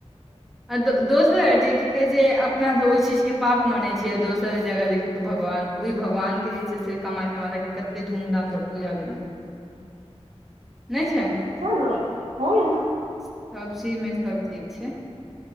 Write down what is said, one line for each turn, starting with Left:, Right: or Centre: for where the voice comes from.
Centre: आ द दोसर जे की कहै छै अपनासँ ओहि चीज के पाप मानैत छैै दोसर जगह देखियौ तऽ भगवान ओहि भगवान के जे छै से कमााय क हमके कतेक धूमधाम सँ पूजा भेलनि नय छै
Right: सेह नऽ <unintelligible>
Centre: सब चीज मऽ सब चीज छैय